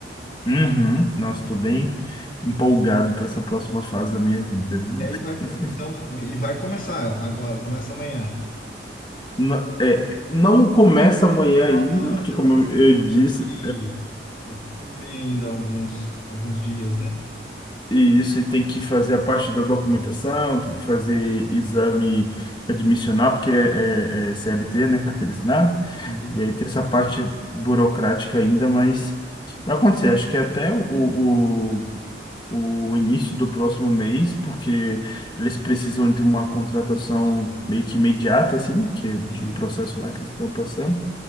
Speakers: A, on the left (about 25°); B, on the left (about 50°).
A: Uhum. Nossa, estou bem empolgado para essa próxima fase da minha vida, viu?
B: E aí vai, co-
A: <laughs>
B: então, e vai começar agora, começa amanhã.
A: Não, é, não começa amanhã
B: Ah,
A: ainda,
B: não,
A: porque
B: é verdade,
A: como
B: você
A: eu
B: ainda
A: eu disse,
B: tem que eh, cumprir ainda alguns, alguns dias, né?
A: E isso e tem que fazer a parte da documentação, tem que fazer exame admissional, porque é, é- é CLT, né, carteira assinada,
B: Entendi,
A: e aí tem essa parte burocrática ainda, mas vai acontecer, acho que até o, o, o início do próximo mês, porque eles precisam de uma contratação meio que imediata, assim, que é
B: entendi.
A: de um processo lá que eles estão passando,